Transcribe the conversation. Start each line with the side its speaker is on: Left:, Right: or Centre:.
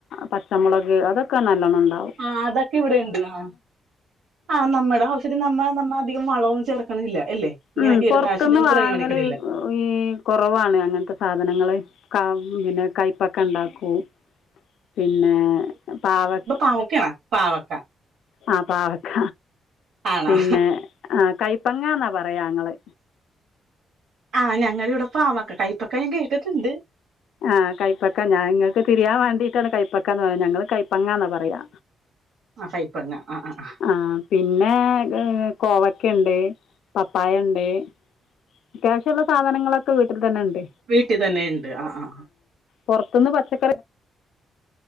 Left: പച്ചമുളക്, അതൊക്കെ നല്ലോണ്ണം ഇണ്ടാവും.
Right: ആഹ് അതൊക്കെ ഇവിടെ ഇണ്ട്. ആഹ് ആ നമ്മടെ ആവി തിരി നമ്മൾ നമ്മളധികം വള ഒന്നും ചേർക്ക്ണില്ല എല്ലെ. ഇങ്ങനെ
Left: ഉം
Right: കീടനാശിനി
Left: പുറത്തുനിന്ന്
Right: ഒന്നും
Left: വാങ്ങല്
Right: പ്രയോണിക്ക്ണില്ല.
Left: ഈ കൊറവാണ് അങ്ങൻത്തെ സാധനങ്ങള്. കാ കയ്പക്ക ഇണ്ടാക്കും. ഉം പിന്നെ, പാവക്
Right: ആഹ് ഓക്കേണ്. പാവക്ക.
Left: ആഹ് പാവക്ക,
Right: ആണാ
Left: പിന്നെ, ആഹ് കൈപ്പങ്ങാന്നാ പറയാ ഞങ്ങള്.
Right: ആഹ്. ഞങ്ങളിവടെ പാവക്ക, കൈപ്പക്ക ഞാൻ കേട്ടിട്ട്ണ്ട്.
Left: ആഹ് കൈപ്പക്ക. ഞാന് ഇങ്ങക്ക് തിരിയാൻ വേണ്ടീട്ടാണ് കൈപ്പക്കാന്ന് പറഞ്ഞ്. ഞങ്ങള് കൈപ്പങ്ങാന്നാ പറയ. പറയാ.
Right: ആ കൈപ്പങ്ങ അ ആ ആഹ്.
Left: ആഹ്. പിന്നെ കോവക്കണ്ട്, പപ്പായണ്ട്. അത്യാവശ്യള്ള സാധനങ്ങളൊക്കെ വീട്ടിൽ തെന്നെ ഇണ്ട്.
Right: വീട്ടി തന്നെ ഇണ്ട് അ ആഹ്.
Left: പെർത്ത്ന്ന് പച്ചക്കറി